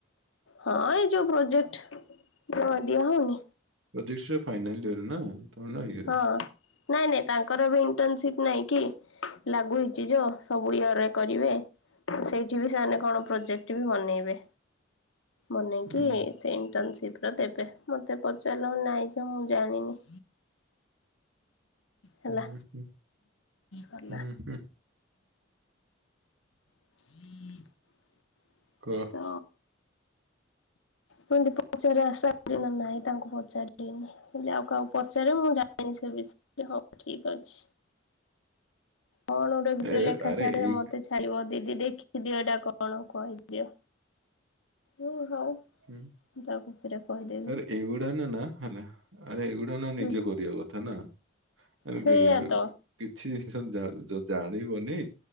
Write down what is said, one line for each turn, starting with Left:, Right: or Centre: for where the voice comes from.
Left: ହଁ ଏଇ ଯୋଉ ପ୍ରୋଜେକ୍ଟ୍ ଧ ଦିଆ ହଉନି?
Right: ଯଦି ସେ ଫାଇନାଲ୍ ୟିଅର୍ ନା ତାମାନେ ଇଏ।
Left: ହଁ ନାଇଁ ନାଇଁ ତାଙ୍କର ବି ଇଣ୍ଟନ୍ ସିପ୍ ନାଇଁ କି ଲାଗୁ ହେଇଛି ଯ ସବୁ ୟିଅର୍ ରେ କରିବେ ସେଇଠି ବି ସେମାନେ କଣ ପ୍ରୋଜେକ୍ଟ୍ ବି ବନେଇବେ। ମନେ
Right: ହୁଁ
Left: କି ସେ ଇନଟନସିପ ର ଦେବେ ମତେ ପଚାରିଲ ନାଇଁ ଯେ ମୁଁ ଜାଣିନି। ହେଲା
Right: ହୁଁ ହୁଁ
Left: ହେଲା।
Right: ହୁଁ ହୁଁ
Left: ହଁ
Right: କହ
Left: ତ ମୁଁ କଇଲି ପଚାରିଆ ସାରିନ ନାଇଁ ତାଙ୍କୁ ପଚାରିନି ମୁଁ କଇଲି ଆଉ କାହାକୁ ପଚାରିବ ମୁଁ ଜାଣିଚି। <inaudible> ହଉ ଠିକ ଅଛି କଣ ଗୋଟେ ଗ୍ରୁପ୍
Right: ଏ
Left: ରେ ଲେଖା
Right: ଆରେ
Left: ଛାଡ଼ିରେ
Right: ଏଇ
Left: ମତେ ଛାଡ଼ିବ ଦି ଟି ଦେଖିକି ଦିଅ ଏଇଟା କଣ କହିଦିଅ ହ ହଉ।
Right: ହୁଁ
Left: ମୁଁ ତାକୁ ଫେରେ କହିଦେବି
Right: ଆରେ ଏଉଡ଼ା ନା ନା ହେଲା ଆରେ ଏଉ ନା ନା ନିଜେ
Left: ହୁଁ
Right: କରିବା କଥା ନା <inaudible>
Left: ସେଇଆ ତ
Right: କିଛି <inaudible> ଯଦି ଜାଣିବନି